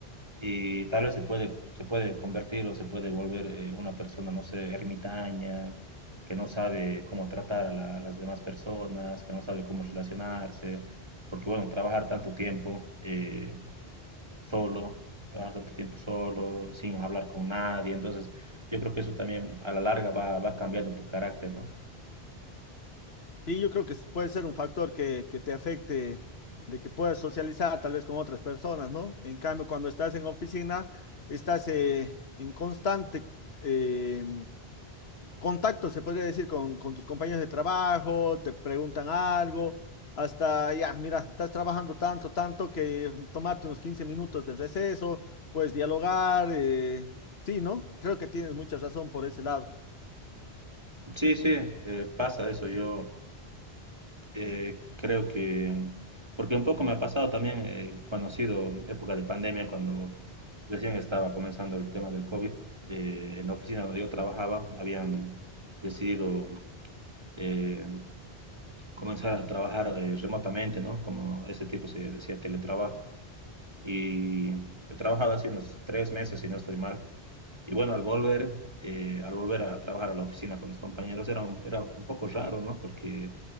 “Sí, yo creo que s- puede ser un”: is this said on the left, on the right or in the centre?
Left